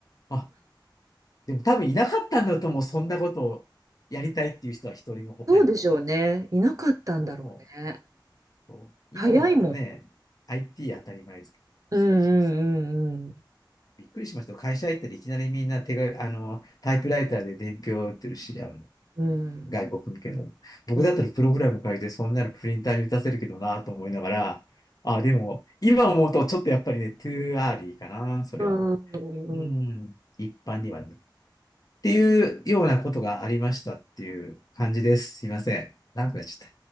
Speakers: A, on the left; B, on the right.
A: あ、でも多分いなかったんだと思う、そんなことをやりたいっていう人は一人も他には。
B: そうでしょうね。いなかったんだろうね。
A: 思う。そう今だったらね、
B: 早いもん。
A: IT 当たり前ですけど、
B: うんうん
A: そうそうそう。びっくりしました。会社入ったらいきなりみんな手が、あの、タイプライターで伝票を打ってるし、あの
B: うんうん。
A: 外国向けの。僕だったらプログラム書いて、
B: うん。
A: そんなのプリンターに打たせるけどなと思いながら、あ、でも、今思うとちょっとやっぱりね、トゥーアーリーかな、それは。
B: うん。うん。
A: うん、一般にはね。っていうようなことがありましたっていう感じです。すいません。長くなっちゃっ